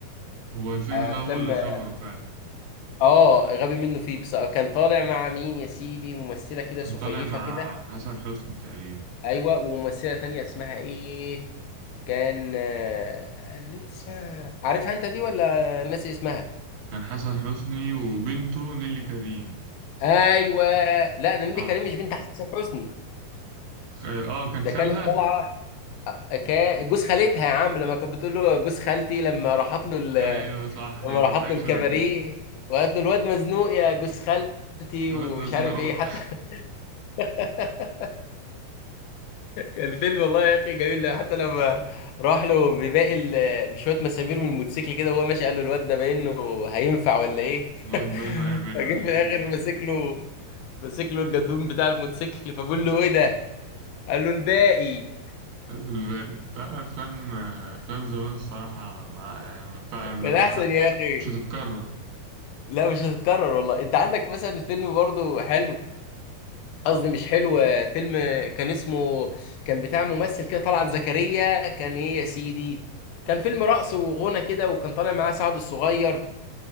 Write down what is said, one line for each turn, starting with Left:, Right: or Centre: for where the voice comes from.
Right: هو الفيلم
Left: افلام
Right: ده هو اللي شهره فعلا
Left: اه غبي منه فيه بس كان طالع مع مين يا سيدي ممثله كده
Right: كان
Left: سفيفه
Right: طالع مع
Left: كده
Right: حسن حسني تقريبا
Left: ايوه وممثله تانية اسمها ايه كان آه، اللي اسمها عارفها انت دي ولا ناسي اسمها
Right: كان حسن حسني وبنته نيلي كريم
Left: ايوه لا ده نيللي
Right: صح
Left: كريم مش بنت حسن حسني
Right: خ- اه كان
Left: ده
Right: خالها
Left: كانت طالعه كا- جوز خالتها يا عم لما كانت بتقول له جوز خالتي لما راحت له ال-
Right: ايوه صح
Left: لما
Right: هي كانت
Left: راحت
Right: حاجه
Left: له
Right: شبه
Left: الكباريه
Right: كده
Left: وقالت له الواد مزنوق يا جوز خالتي
Right: الواد
Left: ومش
Right: نسنو
Left: عارف ايه حتى <laughs> الفيلم والله يا اخي جميل حتى لما راح له بباقي ال- بشويه مسامير من الموتوسيكل كده وهو ماشي قال له الواد ده باين له هينفع ولا ايه
Right: <laughs> الواد
Left: <laughs>
Right: بينه يعملها
Left: فجه
Right: ولا
Left: في الاخر
Right: ايه
Left: ماسك له ماسك له الجدوم بتاع الموتوسيكل فبقول له ايه ده قال له الباقي
Right: الباقي لا افلام افلام زمان الصراحه ما يعني ما ينفع- ما
Left: كان
Right: تنفع
Left: احسن يا اخي
Right: مش هتتكرر
Left: لا مش هتتكرر والله انت عندك مثلا فيلم برضه حلو قصدي مش حلو آه، فيلم كان اسمه كان بتاع ممثل كده طلعت زكريا كان ايه يا سيدي كان فيلم رقص وغنى كده وكان طالع معاه سعد الصغير